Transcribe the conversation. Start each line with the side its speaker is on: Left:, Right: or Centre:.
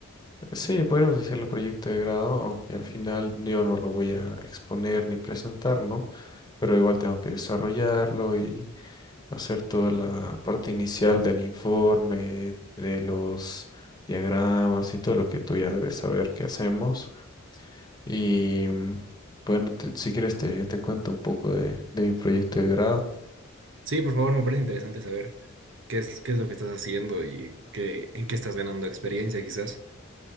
Left: sí, podríamos decirle proyecto de grado, aunque al final yo no lo voy a exponer ni presentar, ¿no? Pero igual tengo que desarrollarlo y hacer toda la parte inicial del informe, de los diagramas y todo lo que tú ya debes saber que hacemos. Y mm, bueno, te- si quieres te, te cuento un poco de, de mi proyecto de grado.
Right: Sí, por favor, me parece interesante saber qué es, qué es lo que estás haciendo y qué, en qué estás ganando experiencia quizás.